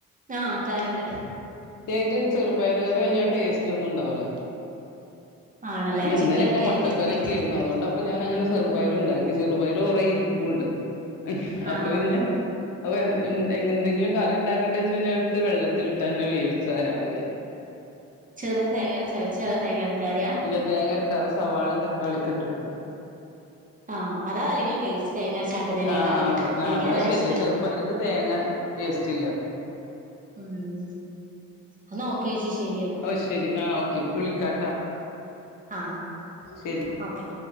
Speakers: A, on the right (about 20°); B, on the left (about 60°).
A: ആഹ് കരണ്ട്
B: ഏക് ചെറുപ്പയർ കറി വല്യ ടേസ്റ്റോന്നുണ്ടാവുല.
A: ആണല്ലേ
B: പിന്നെ
A: ചിക്കനൊക്കെ
B: ഇന്നലൊക്കെ മുട്ടക്കറിയൊക്കേർന്നു
A: ആയിരിക്കും അതിന്റെ ടേസ്റ്റ്
B: അതോണ്ട അപ്പ ഞാനങ്ങനെ ചെറുപയറുണ്ടാക്കി. ചെറുപയർ കൊറേ ഇരിപ്പുണ്ട്.
A: ആഹ്
B: അപ്പൊ പിന്നെ അപ്പൊ എന്തെ എന്തെങ്കിലും കറിണ്ടാക്കണ്ടന്ന് വിചാരിചിട്ടടത്ത് വെള്ളത്തിലിട്ട് അങ്ങനെ വേവിച്ചതാ രാവിലെ.
A: ചെറുപയർ തേങ്ങരച്ച വെച്ചേ അതോ തങ്ങരക്കാതയാ?
B: ല്ല. തേങ്ങരക്കാതെ സവാളീം തക്കാളിക്കെ ഇട്ടിട്ട്.
A: ആഹ് അതാ അല്ലെങ്കിൽ ടേസ്റ്റ് തേങ്ങരച്ചാക്കുന്നതിനേക്കാളും
B: ആഹ് അതെ ആഹ്
A: എനിക്ക്
B: അത്
A: അതാ
B: ശരിയ
A: ഇഷ്ടം
B: ചെറുപ്പയർക്ക് തേങ്ങ ടേസ്റ്റില്ല.
A: ഉം എന്നാ ഓക്കെ ചേച്ചി ശരിയെന്നാ
B: ഓഹ് ശെരി ആഹ് ഓക്കെ ഇപ്പ വിളിക്കാട്ടാ.
A: ആഹ്
B: ശെരി
A: ഓക്കെ